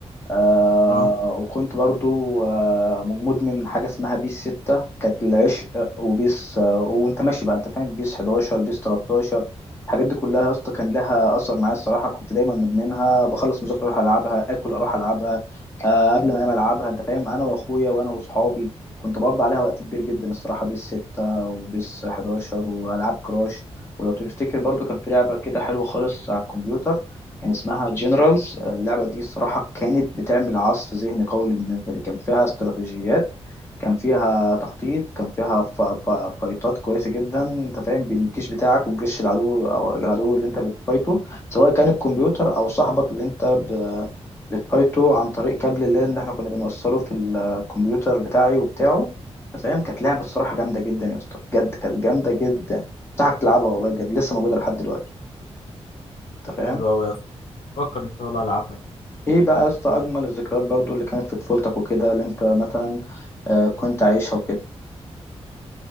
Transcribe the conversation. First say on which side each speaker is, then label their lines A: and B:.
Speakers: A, on the left; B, on the left.
A: آه
B: اه
A: وكنت برضو آه مدمن حاجة اسمها بيس ستة كانت العشق وبيس آه وانت ماشي بقى انت فاهم بيس 11 بيس 13 الحاجات دي كلها يا اسطى كان لها أثر معايا الصراحة كنت دايما مدمنها بخلص مذاكرة أروح ألعبها آكل أروح ألعبها آه قبل ما أنام ألعبها أنت فاهم أنا وأخويا وأنا وأصحابي كنت بقضي عليها وقت كبير جدا الصراحة بيس ستة وبيس 11 وألعاب كراش ولو تفتكر برضو كان في لعبة كده حلوة خالص على الكمبيوتر كان اسمها جنرالز اللعبة دي الصراحة كانت بتعمل عصف ذهني قوي بالنسبة لي كان فيها استراتيجيات كان فيها تخطيط كان فيها ف... ف... فايتات كويسة جدا انت فاهم بين الجيش بتاعك والجيش العدو او العدو اللي انت بتفايته سواء كان الكمبيوتر او صاحبك اللي انت ب... بتفايته عن طريق كابل اللان اللي احنا كنا بنوصله في الكمبيوتر بتاعي وبتاعه انت فاهم كانت لعبة الصراحة جامدة جدا يا اسطى بجد كانت جامدة جدا انصحك تلعبها والله بجد لسه موجودة لحد دلوقتي انت فاهم
B: حلو قوي يا اسطى بفكر ان شاء الله العبها يعني.
A: ايه بقى يا اسطى اجمل الذكريات برضو اللي كانت في طفولتك وكده اللي انت مثلا آه، كنت عايشها وكده